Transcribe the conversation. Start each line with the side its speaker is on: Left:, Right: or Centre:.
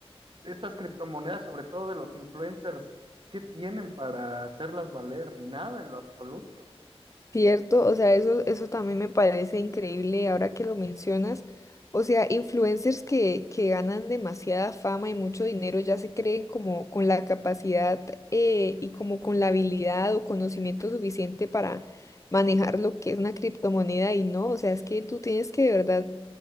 Right: estas criptomonedas, sobre todo de los influencers, ¿qué tienen para hacerlas valer? Nada en lo absoluto.
Left: Cierto, o sea, eso, eso también me parece increíble ahora que lo mencionas. O sea, influencers que, que ganan demasiada fama y mucho dinero ya se creen como con la capacidad eh, y como con la habilidad o conocimiento suficiente para manejar lo que es una criptomoneda y no, o sea, es que tú tienes que de verdad